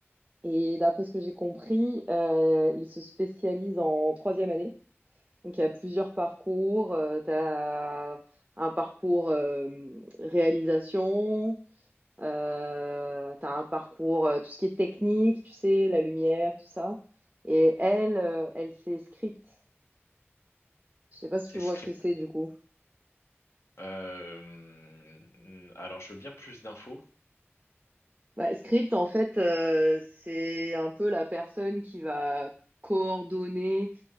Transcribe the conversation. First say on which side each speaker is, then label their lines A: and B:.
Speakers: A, on the right (about 25°); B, on the left (about 70°).
A: Et d'après ce que j'ai compris, euh, ils se spécialisent en troisième année. Donc, il y a plusieurs parcours. tu as un parcours euh, réalisation. Euh, tu as un parcours, euh, tout ce qui est technique, tu sais, la lumière, tout ça. Et elle, euh, elle fait script. Je sais pas si tu
B: C'est
A: vois
B: script.
A: ce que c'est du coup.
B: Euh, alors, je veux bien plus d'infos.
A: Bah, script, en fait, euh, c'est un peu la personne qui va coordonner